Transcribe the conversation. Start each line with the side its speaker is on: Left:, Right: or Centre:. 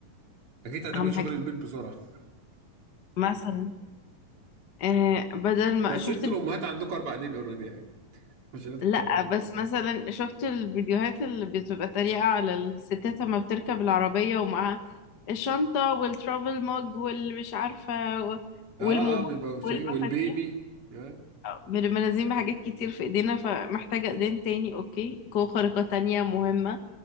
Right: أكيد هتعملي
Left: اهم
Right: شغل
Left: حاجه
Right: البيت بسرعة <laughs>
Left: مثلا آه بدل ما
Right: بس
Left: شفت
Right: أنتوا الأمهات عندكم أربع أيدين أوريدي يعني مش هنضحك
Left: لا
Right: على بعض
Left: <laughs> بس مثلا شفت الفيديوهات اللي بتبقى تريقة على الستات لما بتركب العربية ومعاها الشنطة والترافل موج والمش عارفة و- والموبايل
Right: اه اه بيبقى مشهورين
Left: والمفاتيح
Right: والبيبي آه.
Left: بنبقى نازلين بحاجات كتير في ايدينا فمحتاجة ايدين تاني اوكي قوة خارقة تانية مهمة